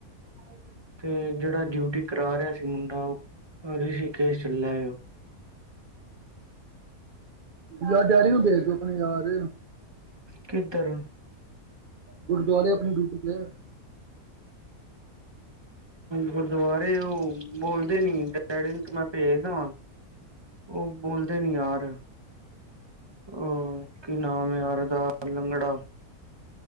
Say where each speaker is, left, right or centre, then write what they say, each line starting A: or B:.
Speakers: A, on the right; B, on the right.
A: ਹਾਂ
B: ਤੇ ਜਿਹੜਾ ਡਿਊਟੀ ਕਰਾ ਰਿਹਾ ਸੀ ਮੁੰਡਾ, ਉਹ ਰਿਸ਼ੀ ਕੇਸ ਚੱਲਿਆ ਹੈ ਉਹ
A: ਯਾਰ, ਡੈਡੀ ਨੂੰ ਦੇਖ ਦਿ ਆਪਣੇ ਯਾਰ
B: ਕਿਦਰ?
A: ਗੁਰਦੁਆਰੇ ਆਪਣੀ ਡਿਊਟੀ ਤੇ
B: ਗੁਰਦੁਆਰੇ ਉਹ ਬੋਲਦੇ ਨੀ, ਡੈਡੀ ਨੂੰ ਤੇ ਮੈਂ ਭੇਜ ਦੇਵਾਂ ਉਹ ਬੋਲਦੇ ਨੀ ਯਾਰ ਉਹ ਕੀ ਨਾਮ ਯਾਰ ਦਾ ੳਦਾ, ਲੰਗੜਾ